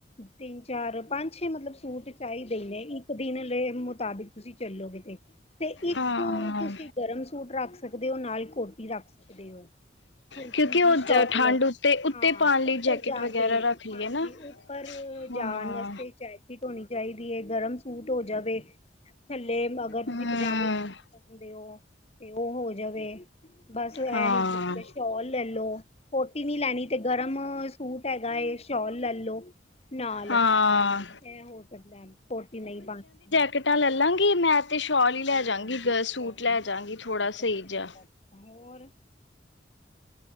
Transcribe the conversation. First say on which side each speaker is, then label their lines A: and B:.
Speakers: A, on the left (about 35°); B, on the left (about 90°).
A: ਤਿੰਨ, ਚਾਰ, ਪੰਜ, ਛੇ ਮਤਲਬ ਸੂਟ ਚਾਈਦੇ ਈ ਨੇ ਇੱਕ ਦਿਨ ਲੇ ਮੁਤਾਬਿਕ ਤੁਸੀਂ ਚੱਲੋ ਗੇ ਤੇ, ਤੇ ਇੱਕ
B: ਹਾਂ
A: ਤੁਸੀਂ ਗਰਮ ਸੂਟ ਰੱਖ ਸਕਦੇ ਓ ਨਾਲ ਕੋਟੀ ਰੱਖ ਪੁਛਦੇ ਓ, ਹਲਕੀ
B: ਕਿਉਂਕਿ ਉਹ
A: ਜੀ ਸ਼ੋਲ,
B: ਠੰਡ ਉੱਤੇ ਉੱਤੇ
A: ਹਾਂ
B: ਪਾਉਣ ਲਈ
A: ਉੱਪਰ
B: ਜੈਕਟ
A: ਜਾ
B: ਵਗੈਰਾ
A: ਕੇ
B: ਰੱਖ ਲਈਏ
A: ਹਾਂਜੀ,
B: ਨਾ।
A: ਉੱਪਰ
B: ਹਾਂ।
A: ਜਾਣ ਵਾਸਤੇ ਜੈਕਿਟ ਹੋਣੀ ਚਾਈਦੀ ਏ ਗਰਮ ਸੂਟ ਹੋ ਜਾਵੇ, ਥੱਲੇ ਮਗਰ ਤੁਸੀਂ
B: ਹਮ
A: ਪਜਾਮੀ ਦਿਓ ਤੇ ਉਹ ਹੋ ਜਾਵੇ ਬਸ ਐਹੀ
B: ਹਾਂ
A: ਸ਼ੋਲ ਲੈ ਲੋ। ਕੋਟੀ ਨੀ ਲੈਣੀ ਤੇ ਗਰਮ ਸੂਟ ਹੈਗਾ ਐ। ਸ਼ੋਲ ਲੈ ਲੋ ਨਾਲ,
B: ਹਾਂ।
A: ਇਹ ਹੋ ਸਕਦਾ ਕੋਟੀ ਨਹੀਂ ਪਾਨੀ
B: ਕਿਟਾ ਲੈ ਲਾਂਗੀ ਮੈਂ ਤਾਂ ਸ਼ੋਲ ਹੀ ਲੈ ਜਾਂਗੀ,
A: ਹਾਂਜੀ ਸ਼ੋਲ
B: ਸੂਟ ਲੈ ਜਾਂਗੀ
A: ਹਾਂਜੀ
B: ਥੋੜ੍ਹਾ ਸਹੀ
A: ਬੱਚਿਆਂ
B: ਜਿਹਾ।
A: ਦੀ ਜੈਕਟ ਹੋਰ?